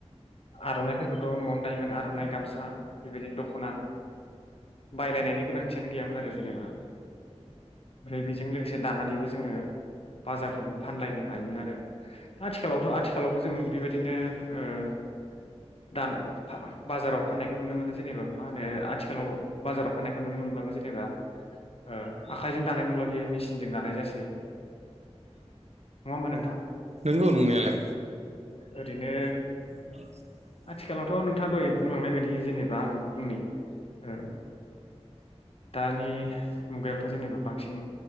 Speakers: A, on the left (about 60°); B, on the right (about 75°).
A: आर'नाइफोरखौथ' न'आवनो दायोमोन आर'नाइ गामसा बेबायदिनो दख'ना बायलायनायनि गोनांथियानो गैयामोन आरो जेनेबा ओमफ्राय बिजों लोगोसे दानानैबो जोङो बाजारफ्रावबो फानलायनो हायोमोन आरो। दा आथिखालावथ' आथिखालावबो जों बिबायदिनो ओ दानो फा बाजाराव फाननायखो नुनो मोनो जेनेबा मा होनो आथिखालाव बाजाराव फाननायखो नुनो मोनब्लाबो जेनेबा ओ आखाइजों दानाय नंला बियो मेसिनजों दानाय जासै। नङा होमबा नोंथां
B: नंगौ नंनायालाय
A: ओरैनो
B: <unintelligible>
A: आथिखालावथ' नोंथाङा दहय बुंलांनाय बायदि जेनेबा आं बुंनि ओ दानि मुगायावथ' जेनेबा बांसिन